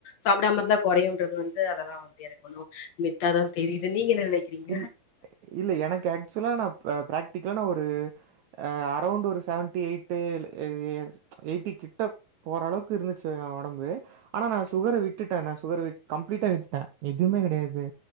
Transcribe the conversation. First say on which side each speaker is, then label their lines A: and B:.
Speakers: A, on the left; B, on the right.
A: சாப்டாம இருந்தா கொறையுன்றது வந்து அதல்லா வந்து எனக்கு ஒண்ணு வித்தா தா தெரியுது நீங்க என்ன நெனைக்கறீங்க
B: இல் இல்ல எனக்கு ஆக்சுவலா நா ப ப்ராக்டிக்கலா நா ஒரு அ அரோண்ட்டு ஒரு சவன்டி ஏய்ட்டு இல்ல எ எ ஏய்ட்டி கிட்ட போறளவுக் இருந்துச்சு எ ஒடம்பு ஆனா நா சுகர விட்டுட்டே நா சுகர கம்ப்ளீட்டா விட்டுட்டே எதுமே கெடயாது